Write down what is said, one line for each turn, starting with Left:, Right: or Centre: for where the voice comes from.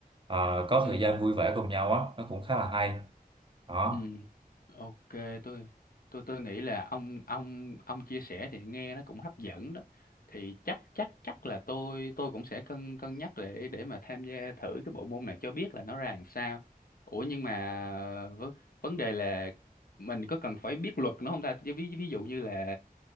Right: à, có
Left: ừ
Right: thời gian vui vẻ cùng nhau á nó cũng khá là hay đó
Left: Ừ, ok tôi tôi tôi nghĩ là ông ông ông chia sẻ thì nghe nó cũng hấp dẫn đó thì chắc chắc chắc là tôi tôi cũng sẽ cân cân nhắc để để mà tham gia thử cái bộ môn này cho biết là nó ra làm sao ủa nhưng mà vấn vấn đề là mình có cần phải biết luật nữa không ta ví ví dụ như là